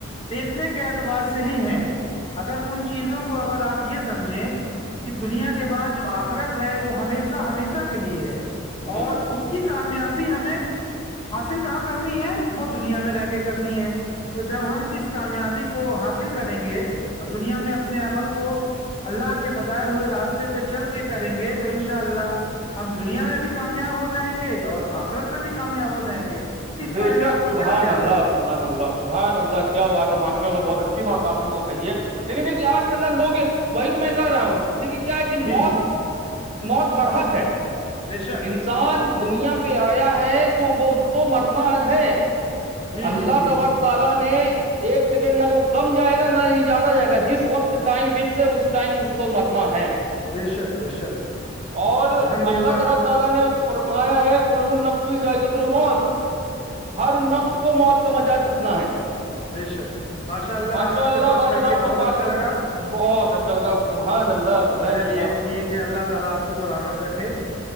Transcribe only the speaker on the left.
دیکھنے کے اعتبار سے ہی ہے اگر ان چیزوں کو کو اگر آپ یہ سمجھیں کہ دنیا کے بعد جو آخرت ہے وہ ہمیشہ ہمیشہ کے لیے ہے
اور
اس کی کامیابی ہمیں حاصل کہاں کرنی ہے وہ دنیا میں رہ کے کرنی ہے تو جب ہم اس کامیابی کو حاصل کریں گے اور دنیا میں اپنے عمل کو اللہ کے بتائے ہوئے راستے پہ چل کے کریں گے تو ان شاء اللہ ہم دنیا میں بھی کامیاب ہو جائیں گے اور آخرت میں بھی کامیاب ہو جائیں گے اس
بارے
میں آپ کا
کیا خیال
ہے
جی
بے شک <unintelligible>
جی
جی جی
جی
بے شک بے شک
الحمد للہ
بے شک
آپ سے
بات
کر
کے
بہت
اچھا
لگا
چلیے
ٹھیک ہے اللہ تعالی آپ کو سلامت رکھے